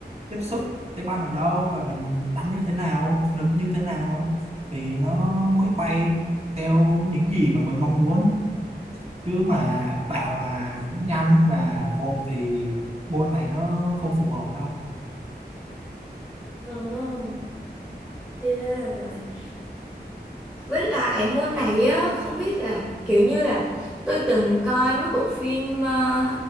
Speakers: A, on the right; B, in the centre.
A: tiếp xúc cái banh ở đâu và mình đánh như thế nào lực như thế nào thì nó mới bay theo những gì mà mình mong muốn chứ mà bảo là nhanh và vội thì môn này nó không phù hợp đâu
B: Ồ, thì ra là vậy. Với lại môn này á, không biết là kiểu như là tôi từng coi mấy bộ phim ờ,